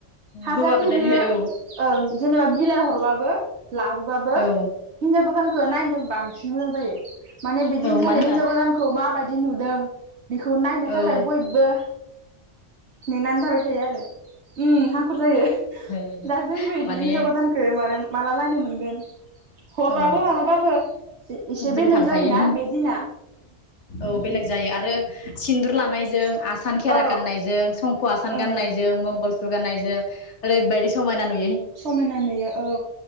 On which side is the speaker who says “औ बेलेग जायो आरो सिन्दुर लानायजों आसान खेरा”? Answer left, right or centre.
Left